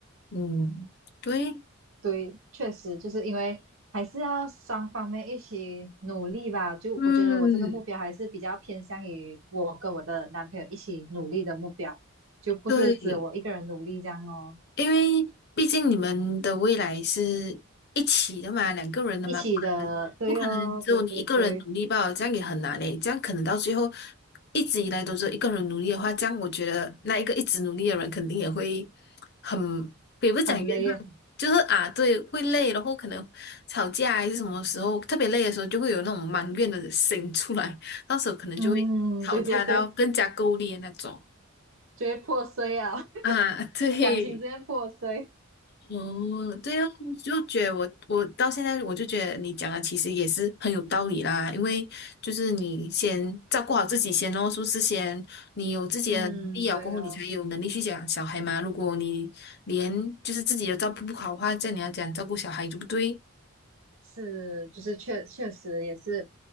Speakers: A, on the left (about 50°); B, on the right (about 70°).
A: 嗯，对，
B: 对，确实就是因为还是要双方面一起努力吧。就我觉得我这个目标还是比较偏向于我跟我的男朋友一起努力的目标，
A: 嗯，
B: 就不是只有我一个人努力这样哦。
A: 对，因为毕竟你们的未来是一起的嘛，两个人的嘛，
B: 一起的，
A: 不可能不可能只有你一个人努力吧，
B: 对哦，对对对，
A: 这样也很难诶，这样可能到最后一直以来都是一个人努力的话，这样我觉得那一个一直努力的人肯定也会很，也不是讲怨恨，
B: 很累啊。
A: 就是啊，对，会累，然后可能吵架还是什么时候特别累的时候，就会有那种埋怨的心出来，到时候可能就会吵架到更加够力的那种
B: 嗯，对对对，就会破碎啊。
A: <laughs> 啊，对。
B: 感情直接破碎。
A: 哦，对哦，就觉得我我到现在我就觉得你讲的其实也是很有道理啦，因为就是你先照顾好自己先哦，是不是先你有自己的能力了过后，
B: 嗯，对哦，
A: 你才有能力去养小孩嘛。如果你连就是自己也照顾不好的话，这样你要讲照顾小孩，对不对？
B: 是，就是确确实也是，